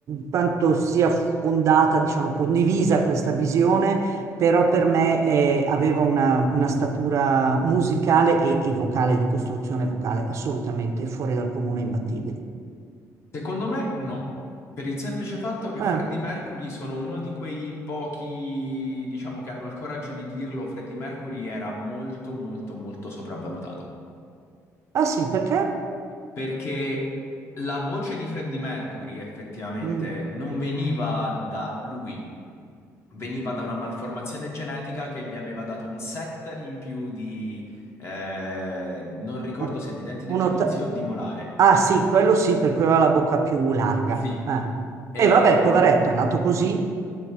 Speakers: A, on the right (about 50°); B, on the left (about 45°).
A: quanto sia fondata, diciamo, condivisa questa visione, però per me eh, aveva una, una statura musicale e, e vocale, di costruzione vocale, assolutamente fuori dal comune, imbattibile.
B: secondo me no. Per il semplice fatto che Freddie
A: Eh,
B: Mercury sono uno di quei pochi, diciamo, che hanno il coraggio di dirlo, Freddie Mercury era molto, molto, molto sopravvalutato.
A: Ah sì, perché?
B: Perché la voce di Freddie Mercury effettivamente
A: Mm.
B: non veniva da lui, veniva da una malformazione genetica che gli aveva dato un set in più di, eh, non ricordo
A: Un-
B: se di denti del
A: un
B: giudizio
A: otta-
B: o di molare.
A: Ah sì, quello sì, per cui aveva la bocca più larga.
B: Sì.
A: eh.
B: E,
A: E vabbè, poveretto, è nato così.